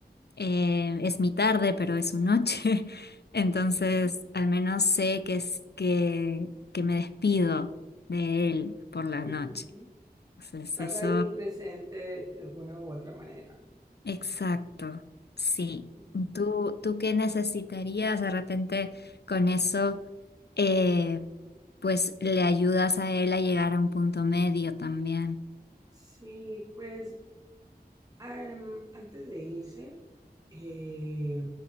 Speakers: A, on the left; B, on the right.
A: Eh, es mi tarde, pero es su noche. <laughs> Entonces, al menos sé que es que, que me despido de él por la
B: Ujú.
A: noche. Entonces,
B: Estás
A: eso,
B: ahí presente de alguna u otra manera.
A: exacto, sí.
B: Mm.
A: ¿Tú, tú qué necesitarías de repente con eso? eh, pues le ayudas a él a llegar a un punto medio también.
B: Sí, pues Am, antes de irse, eh,